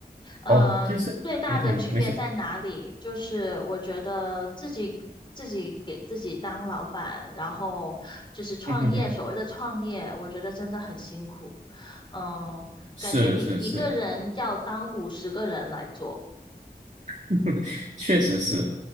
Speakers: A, on the left (about 30°); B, on the right (about 50°).
A: 嗯，
B: 哦，就是，
A: 最大的区别在哪里？
B: 嗯哼，没错，
A: 就是我觉得自己自己给自己当老板，然后就是创业，
B: 嗯哼哼，
A: 所谓的创业，我觉得真的很辛苦。嗯，
B: 是是是，
A: 感觉你一个人要当五十个人来做。
B: <laughs> 确实是，